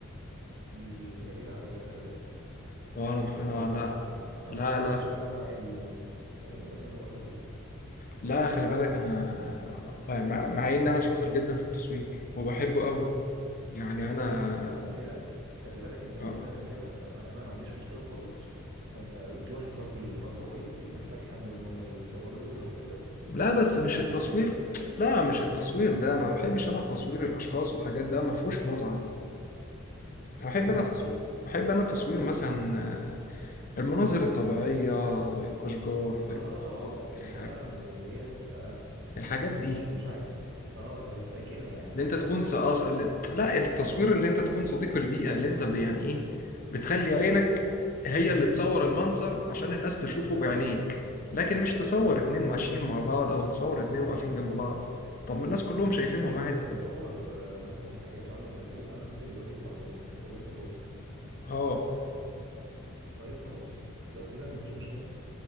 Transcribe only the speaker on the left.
وانا بح... انا
لا
لا
لا
لا خلي بالك انا يعني مع مع ان انا شاطر جدا في التصوير وبحبه قوي يعني انا
آه.
لا بس
مش
التصوير
لا مش التصوير ده انا ما بحبش انا التصوير الاشخاص والحاجات ده ما فيهوش متعة بحب
انا تصوير
بحب انا تصوير مثلا آه، المناظر الطبيعية الاشجار
الح-
الحاجات
دي
اللي انت تكون ص- اه ص- اللي- لا التصوير اللي انت تكون صديق البيئة اللي انت ب- يعني ايه بتخلي عينك هي اللي تصور المنظر عشان الناس تشوفه
بعينيك لكن مش تصور اتنين ماشيين مع بعض او تصور اتنين واقفين جنب بعض طب ما الناس كلهم شايفينهم
عادي
اه